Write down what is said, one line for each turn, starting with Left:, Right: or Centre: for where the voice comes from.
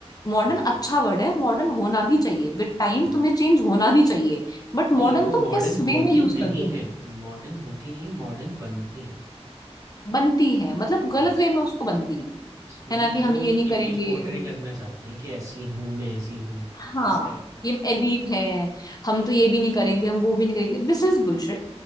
Left: Modern
Right: ओके।
Left: अच्छा वर्ड है मॉडर्न होना भी चाहिए विद टाइम
Right: हुँ।
Left: तुम्हें चेंज होना भी चाहिए बट
Right: नहीं
Left: मॉडर्न
Right: वो
Left: तुम
Right: मॉडर्न
Left: किस
Right: होती
Left: वे में यूज
Right: नहीं
Left: कर रहे हो
Right: हैं, मॉडर्न होती नहीं है, मॉडर्न बनती हैं।
Left: बनती है मतलब गलत
Right: यस।
Left: वे में उसको बनती है
Right: इस मतलब
Left: है ना कि
Right: वो
Left: हम ये
Right: एक
Left: नहीं
Right: इमेज
Left: करेंगे
Right: पोर्ट्रे
Left: हम
Right: करना चाहती हैं कि ऐसी हूँ, मैं ऐसी हूँ,
Left: हाँ
Right: इस टाइप का।
Left: कि हम एलीट हैं हम तो ये भी नहीं करेंगे हम वो भी नहीं करेंगे दिस इज बुलशिट